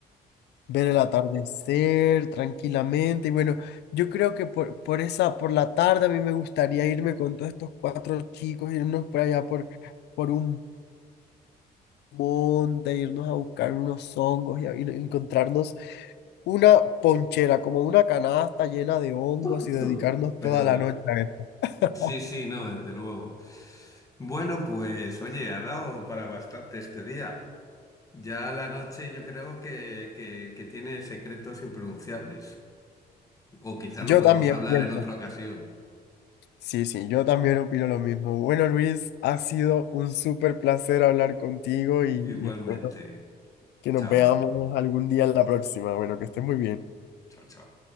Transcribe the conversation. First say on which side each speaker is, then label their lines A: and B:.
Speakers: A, on the left; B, on the left.
A: Ver el atardecer tranquilamente. Y bueno, yo creo que por, por esa, por la tarde a mí me gustaría irme con todos estos cuatro chicos, irnos por allá por, por un monte, irnos a buscar unos hongos y, a- y encontrarnos una ponchera, como una canasta llena de hongos
B: <clears throat>
A: y dedicarnos
B: Perdona.
A: toda la noche a eso. <laughs>
B: Sí, sí, no, desde luego. Bueno, pues oye, ha dado para bastante este día. Ya la noche yo creo que, que, que tiene secretos impronunciables. O quizás
A: Yo
B: lo podemos
A: también
B: hablar
A: pienso.
B: en otra ocasión.
A: Sí, sí, yo también opino lo mismo. Bueno, Luis, ha sido un súper placer hablar contigo y
B: Igualmente.
A: espero que nos
B: Chao.
A: veamos algún día en la próxima. Bueno, que estés muy bien.
B: Chao, chao.